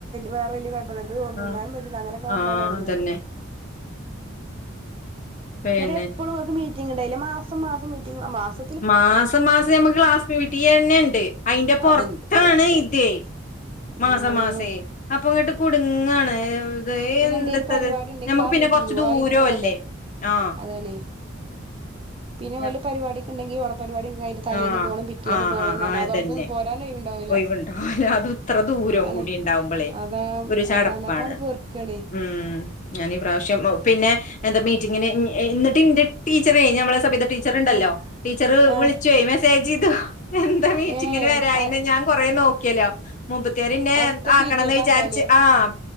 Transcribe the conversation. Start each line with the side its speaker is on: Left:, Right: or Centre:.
Right: വേ വലിയയപ്പം ഇത്ന്നാനും
Left: ആഹ്
Right: പറ്റില്ല അങ്ങനൊക്കൊവുമോഴാണ്
Left: ആഹ്
Right: ഇങ്ങാറ്
Left: അതന്നെ പിന്നെ
Right: എന്നിട്ട എപ്പോഴുംക്കക്ക് മീറ്റിംഗ് ഉണ്ടായില്ല മാസം മാസം മീറ്റി മാസം
Left: മാസം മാസം ഞമ്മക്ക് ക്ലാസ് പീറ്റിയെ തന്നെ ഉണ്ട് അയിന്റെ പുറത്താണ്
Right: അതുണ്ട് പള്ളർച്ച
Left: ഇത് മാസ
Right: ആഹ്
Left: മാസേ അപ്പൊങ്ങട്ട് കുടുങ്ങാണ് ഇത്
Right: പിന്നെ
Left: എന്തത്തത്
Right: എന്തെലും പരിപാടി ഉണ്ടെങ്കിൽ
Left: ഞമ്മക്ക്
Right: ആഹ്
Left: പിന്നെ
Right: മീറ്റിങ്ങിനന്
Left: കൊറച്ച്
Right: പോ
Left: ദൂരം
Right: അതിനൊക്കെ പോകണ്ടേ
Left: അല്ലേ ആഹ്
Right: അതാണേ പിന്നെ
Left: ഞ-
Right: ഓല് പരിപാടക്ക് ഉണ്ടെങ്കി ഓണം പരിപാടി ക തലീന്ന്
Left: ആഹ്
Right: പോണം പിറ്റേന്ന്
Left: ആഹ്
Right: പോണംണം
Left: ആഹ് ആഹ്
Right: അത
Left: അതന്നെ
Right: അവിടന്ന്ന്നന്ന് പോരാനും വൈ ഉണ്ടാവൂല
Left: ഒഴിവുണ്ടാവൂല അതും ഇത്ര ദൂരവും
Right: അതാണ്
Left: കൂടി ഉണ്ടാവുമ്പളേ
Right: അതാ
Left: ഒരു ചടപ്പാണ്
Right: അതാണ് അപ്പാണ് പെർക്കണ്
Left: ഉം ഞാൻീ ഈ പ്രാവശ്യം പിന്നെ എന്താ മീറ്റിങ്ങിന് എന്നിട്ട് എൻ്റെ ടീച്ചറെ ഞമ്മളെ സഭ്യട റ്റീച്ചണ്ടല്ലോ
Right: ആഹ്
Left: ടീച്ചർ
Right: ആഹ്
Left: വിളിച്ച മെസേജ് ചെയ്തു എന്താ മീറ്റിങ്ങിന്
Right: ഏഹ്
Left: വരാ കൊറേ നോക്കിയല്ലോ മപ്പത്തിർന്നെ
Right: അടുത്ത
Left: ആക്കണംന്ന്
Right: പി ടി എ കാക്കാന്
Left: വിചാരിച്ച് ആഹ്